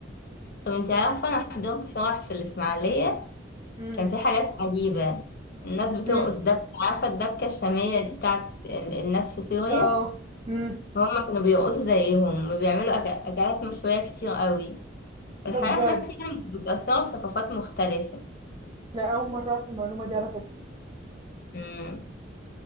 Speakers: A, on the left; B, on the right.
A: طب انتي عارفة أنا حضرت فرح في الإسماعيلية
B: امم
A: كان في حاجات عجيبة الناس بترقص
B: امم
A: دبكة عارفة الدبكة الشامية دي بتاعت ال- الناس في سوريا
B: اه امم
A: هما كانوا بيرقصوا زيهم وبيعملوا أك- أكلات مشوية كتير قوي الحياة
B: ده بجد
A: هناك يعني متأثرة بثقافات مختلفة
B: لا اول مرة اعرف المعلومة دي على فكرة
A: مم.